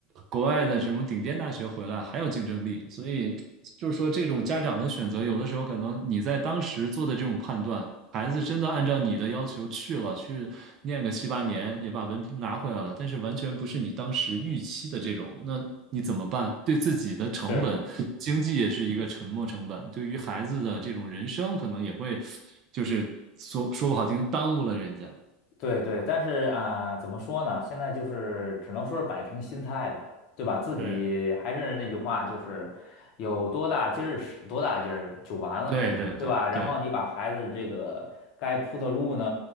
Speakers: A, on the right (about 35°); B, on the left (about 40°).
A: 国外的这种顶尖大学回来还有竞争力。所以就是说，这种家长的选择，有的时候可能你在当时做的这种判断。孩子真的按照你的要求去了，去念个七八年，也把文凭拿回来了，但是完全不是你当时预期的这种，那你怎么办？对自己的成本，
B: 是。
A: 经济也是一个沉没成本，对于孩子的这种人生，可能也会，就是说说不好听，耽误了人家。
B: 对对，但是啊、呃怎么说呢？现在就是只能说是摆平心态吧，对吧？自己还是那句话，
A: 对，
B: 就是有多大劲儿使多大劲儿就完了，
A: 对对对对，
B: 对吧？然后你把孩子这个该铺的路呢，